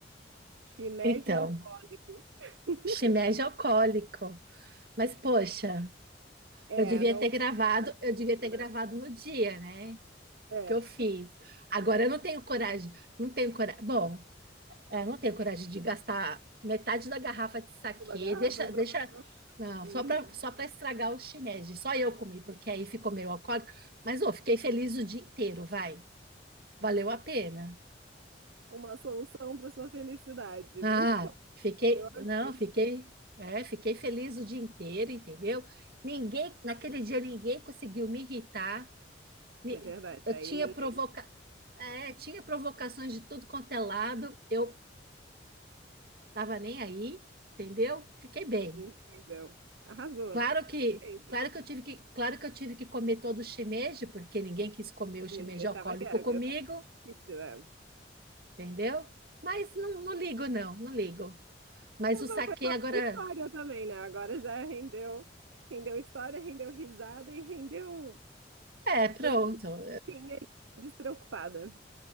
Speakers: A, on the right; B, on the right.
A: Shimeji
B: Então,
A: é alcoólico. <laughs>
B: shimeji alcoólico. Mas, poxa,
A: É,
B: eu devia
A: não
B: ter
A: é
B: gravado,
A: um objetivo,
B: eu devia ter
A: né?
B: gravado no dia, né?
A: É,
B: que eu fiz. Agora eu não tenho coragem, não tenho coragem. Bom, eu não tenho coragem de gastar metade da garrafa de saquê.
A: de uma garrafa
B: Deixa, deixa,
A: só pra...
B: não,
A: Uhum.
B: só para só para estragar o shimeji. Só eu comi, porque aí ficou meio alcoólico, mas ô, fiquei feliz o dia inteiro, vai. Valeu a pena.
A: Uma solução para sua felicidade.
B: Ah,
A: Muito bom.
B: fiquei,
A: Eu amei.
B: não, fiquei, é, fiquei feliz o dia inteiro, entendeu? Ninguém, naquele dia ninguém conseguiu me irritar. Ni-
A: É verdade.
B: Eu
A: Aí
B: tinha
A: ninguém.
B: provoca, é, tinha provocações de tudo quanto é lado. Eu tava nem aí, entendeu? Fiquei bem.
A: Incrível. Arrasou.
B: Claro que,
A: Feito.
B: claro que eu tive que, claro que eu tive que comer todo o shimeji, porque ninguém quis comer o shimeji
A: Ninguém
B: alcoólico
A: tava querendo.
B: comigo,
A: Eu acho difícil. É.
B: entendeu? Mas não, não ligo não, não ligo. Mas
A: É uma-
B: o saquê
A: Foi uma
B: agora
A: história também, né? Agora já rendeu, rendeu história, rendeu risada e rendeu. um-
B: é, pronto.
A: Você tinha despreocupada.